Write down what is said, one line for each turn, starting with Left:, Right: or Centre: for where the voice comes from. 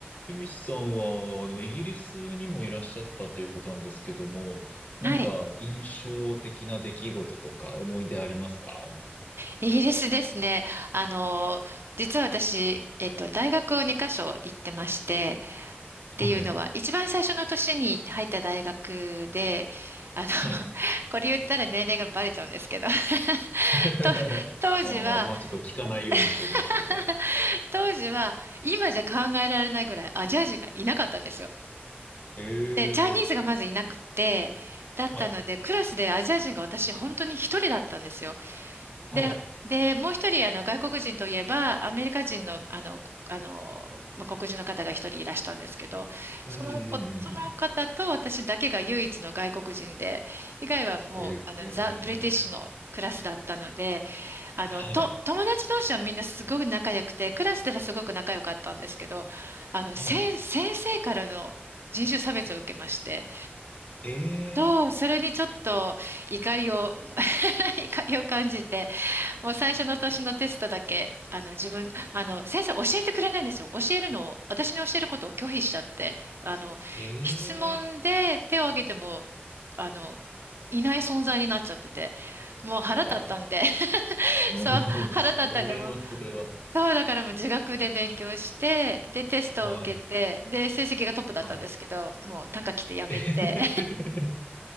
Left: ユミスさんは、あの、イギリスにもいらっしゃったということなんですけども、なんか印象的な出来事とか思い出ありますか
Right: はい。イギリスですね。あの、実は私、えっと、大学を2カ所行ってまして、っていうのは、
Left: はい。
Right: 一番最初の年に入った大学で、あの、<laughs>
Left: はい。
Right: これ言ったら年齢がバレちゃうんですけど、<laughs>
Left: <laughs>
Right: と、当時は、
Left: ああ、まあちょっと聞かないようにしておきますけど、
Right: <laughs>
Left: はい。
Right: 当時は、今じゃ考えられないぐらいアジア人がいなかったんですよ。
Left: え
Right: で、チャイニーズがまずいなくて、
Left: え、
Right: だったので、
Left: はい。
Right: クラスでアジア人が私本当に一人だったんですよ。
Left: はい。
Right: で、で、もう一人、あの、外国人といえば、アメリカ人の、あの、あの、まあ黒人の方が一人いらしたんですけど、
Left: うんうんうんうん。
Right: その子、その方と私だけが唯一の外国人で、以外はもう、
Left: ええ、
Right: あの、ザ・ブリティッシュのクラスだったので、あの、
Left: はい。
Right: と、友達同士はみんなすごく仲良くて、クラスではすごく仲良かったんですけど、あの、
Left: はい。
Right: 先、先生からの人種差別を受けまして、
Left: え
Right: と、
Left: え、
Right: それにちょっと怒りを、<laughs> 怒りを感じて、もう最初の年のテストだけ、あの自分、あの先生教えてくれないんですよ。教えるのを、私に教えることを拒否しちゃって、あの、
Left: ええ、
Right: 質問で手を挙げても、あの、いない存在になっちゃってて、もう腹立ったんで、
Left: あら。
Right: <laughs>
Left: うん、
Right: そう、腹立ったんで、
Left: それはそれは。
Right: もう、そう、だからもう自学で勉強して、で、テストを受けて、
Left: はい。
Right: で、成績がトップだったんですけど、
Left: はい。
Right: もう短歌来てやめて、
Left: <laughs>